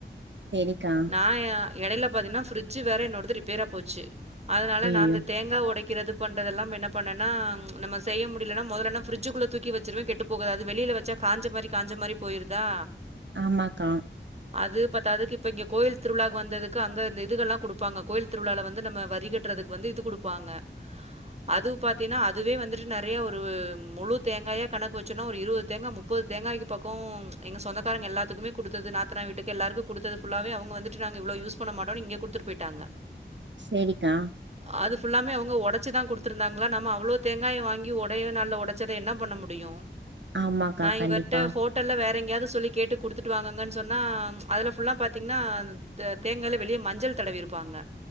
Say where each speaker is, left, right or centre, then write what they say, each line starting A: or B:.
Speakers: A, on the right; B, on the right.
A: சரிக்கா
B: நா எ எடையில பாத்தீங்கன்னா பிரிட்ஜ் வேற என்னொட து ரிப்பேரா போச்சி அதனால
A: ஐயோ
B: நா இந்த தேங்கா ஒடைக் க்கிறது பண்றதெல்லா என்ன பண்ணனா நம செய்ய முடியலன்னா முதல்லன ஃப்ரிட்ஜிக்குள்ள தூக்கி வச்சிருவே கெட்டு போகாது வெளிய வச்சா காஞ்ச மாரி காஞ்ச மாரி போயிருதா
A: ஆமாக்கா
B: அது பத்தாததுக்கு இப்ப இங்க கோயில் திருவிழாக்கு வந்ததுக்கு அங்க இந்த இதுகல்லா குடுப்பாங்க கோயில் திருவிழால வந்து நம்ம வரிகட்டுறதுக்கு வந்து இது குடுப்பாங்க அது பாத்தீன்னா அதுவே வந்துட்டு நெறைய ஒரு முழு தேங்காயா கணக்கு வச்சோன்னா ஒரு இருவது தேங்கா முப்பது தேங்காய்க்கு பக்கோ எங்க சொந்தக்காரங்க எல்லாத்துக்குமே குடுத்தது நா ட்ர வீட்டுக்கு எல்லாருக்கு குடுத்தது ஃபுல்லாவே அவங்க வந்துட்டு நாங்க இவ்ளோ யூஸ் பண்ண மாட்டோனு இங்க குடுத்து போயிட்டாங்க
A: சரிக்கா
B: அது ஃபுல்லாமே அவங்க ஒடச்சிதா குடுத் த் இருந்தாங்களா நம்ம அவ்ளோ தேங்காய வாங்கி ஒடே நாள்ல ஒ ஒடச்சத என்ன பண்ண முடியு
A: ஆமாக்கா
B: நா
A: கண்டிப்பா
B: இவர்ட்ட ஹோட்டல்ல வேற எங்கேயாது சொல்லி கேட்டு குடுத்துட்டு வாங்கங்கன் சொன்னா அதுல ஃபுல்லா பாத்தீங்கன்னா இந்த தேங்காய்ல வெளிய மஞ்சள் தடவி இருப்பாங்க